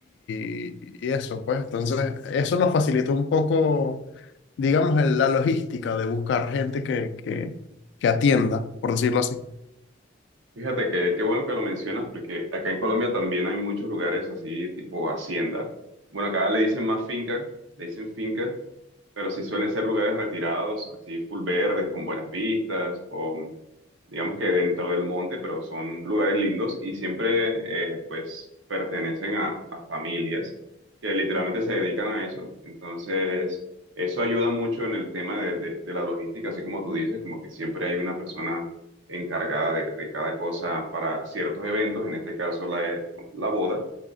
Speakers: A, on the left (about 60°); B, on the right (about 80°).
A: y, y eso, pues. Entonces, eso nos facilitó un poco, digamos, el- la logística de buscar gente que, que, que atienda, por decirlo así.
B: Fíjate que qué bueno que lo mencionas porque acá en Colombia también hay muchos lugares así tipo hacienda. Bueno, acá le dicen más finca, le dicen finca pero sí suelen ser lugares retirados, así full verdes, con buenas vistas, o digamos que dentro del monte, pero son lugares lindos y siempre eh, pues pertenecen a, a familias que literalmente se dedican a eso. Entonces, eso ayuda mucho en el tema de, de- de la logística, así como tú dices, como que siempre hay una persona encargada de, de cada cosa para ciertos eventos, en este caso la la boda.